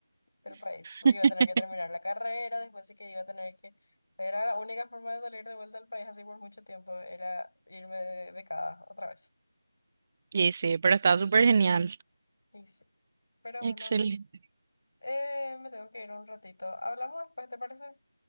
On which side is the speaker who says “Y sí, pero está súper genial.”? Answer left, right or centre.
Right